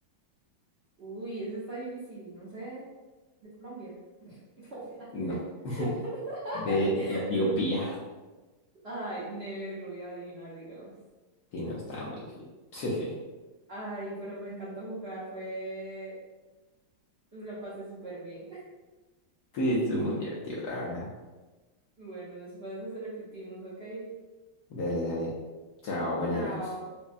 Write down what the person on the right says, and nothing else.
Uy, ese está difícil. No sé. De Colombia. <laughs> No, nada que
ver.
<laughs>
No. Ay, never lo voy a adivinar, digamos.
Ay, pero me encantó jugar. Fue. Lo pasé súper bien.
Bueno, después nos repetimos, ¿ok?
Chao.